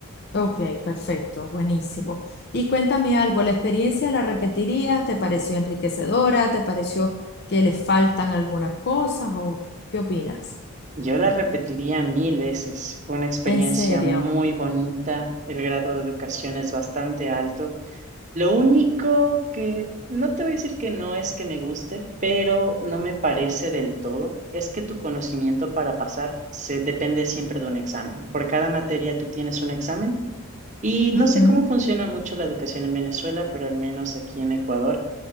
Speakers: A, on the left; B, on the right.
A: Ok, perfecto, buenísimo. Y cuéntame algo, ¿la experiencia la repetirías? ¿Te pareció enriquecedora? ¿Te pareció que le faltan algunas cosas? ¿O qué opinas?
B: Yo la repetiría mil veces. Fue una experiencia
A: En serio.
B: muy bonita, el grado de educación es bastante alto. Lo único que no te voy a decir que no es que me guste, pero no me parece del todo, es que tu conocimiento para pasar se depende siempre de un examen. Por cada materia tú tienes un examen y no
A: Ujú.
B: sé cómo funciona mucho la educación en Venezuela, pero al menos aquí en Ecuador,